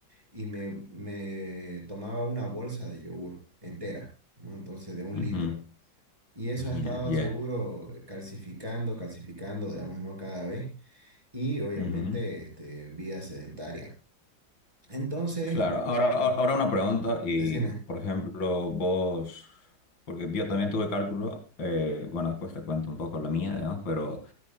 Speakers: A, on the right; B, on the left.
A: y me, me tomaba una bolsa de yogur entera, ¿no? Entonces, de un
B: ujú.
A: litro. Y eso
B: <laughs>
A: ha
B: Yeah,
A: estado
B: yeah.
A: seguro eh, calcificando, calcificando, digamos, ¿no? Cada vez. Y obviamente,
B: Ujú.
A: este, vida sedentaria. Entonces,
B: Claro, ahora,
A: Ujú.
B: ahora ahora una pregunta y,
A: decime,
B: por ejemplo, vos, porque yo también tuve cálculo, eh, bueno, después te cuento un poco la mía, digamos, pero